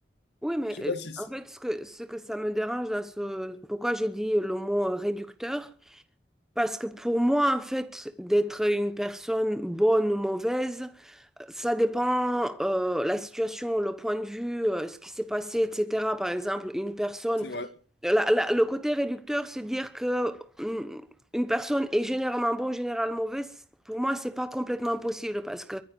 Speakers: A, in the centre; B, on the left (about 70°).
A: Oui, mais
B: Je sais pas
A: euh,
B: si c'est
A: en fait, ce que, ce que ça me dérange dans ce... Pourquoi j'ai dit le mot euh, réducteur? Parce que pour moi, en fait, d'être une personne bonne ou mauvaise, Ça dépend euh, la situation, le point de vue, euh, ce qui s'est passé, etc. Par exemple, une personne
B: c'est vrai.
A: la- la- le côté réducteur, c'est dire que mm, une personne est généralement bon, généralement mauvaise. Pour moi, c'est pas complètement possible parce que